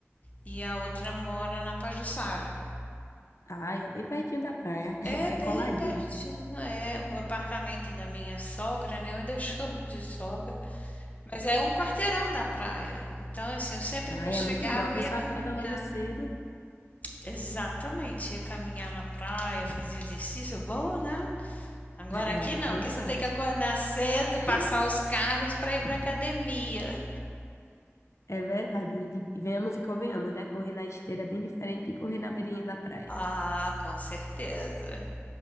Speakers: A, on the left; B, on the left.
A: e a outra mora na Pajuçara.
B: Ai, é bem pertinho da praia. <laughs>
A: É
B: É
A: bem
B: coladinho.
A: pertinho, é o apartamento da minha sogra, né, eu ainda <laughs> chamo de sogra, mas é um quarteirão da praia. Então, assim, eu sempre
B: Ai,
A: que eu chegava
B: é muito bom. A pessoa
A: ia caminhar.
B: acorda logo cedo.
A: Exatamente, ia caminhar na praia, fazer exercício, bom, né? Agora
B: É,
A: aqui
B: aí
A: não,
B: é bom
A: aqui
B: demais.
A: você tem que acordar cedo,
B: <laughs>
A: passar os carros para ir para academia.
B: É verdade. E de- venhamos e convenhamos, né? Correr na esteira é bem diferente de correr na beirinha da praia.
A: Ah, com certeza.